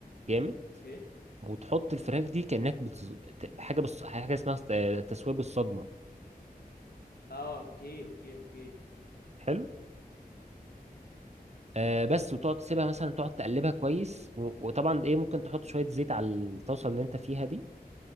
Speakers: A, on the right; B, on the left.
A: جامد
B: اوكي
A: وتحط الفراخ دي كانك بتز... حاجه بص... حاجه اسمها ص- آه، تسويه بالصدمه
B: اه اوكي اوكي اوكي
A: حلو آه بس وتقعد تسيبها مثلا تقعد تقلبها كويس و... وطبعا ايه ممكن تحط شويه زيت على الطاسه اللي انت فيها دي